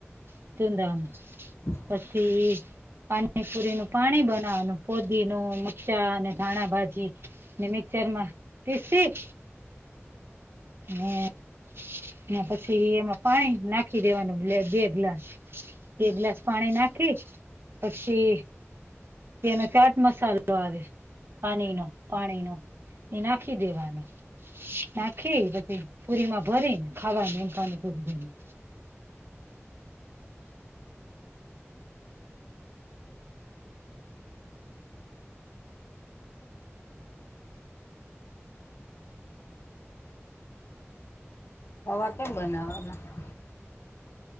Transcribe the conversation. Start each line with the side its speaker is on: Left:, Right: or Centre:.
Right: <unintelligible>
Left: હ.
Right: પછી પાણીપુરીનું પાણી બનાવાનું, ફોદીનો, મરચાંને ધાણા ભાજી. ને મિક્સરમાં પીસી ને ને પછી એમાં પાણી નાખી દેવાનું બ બે ગ્લાસ. બે ગ્લાસ પાણી નાખી પછી એનો ચાટ મસાલો આવે. પાનીનો પાણીનો એ નાખી દેવાનો. નાખી પછી પુરીમાં ભરીને ખાવાનું એમ ખાવાની પુરી ભરીને.
Left: હવાર કેમ બનાવામાં.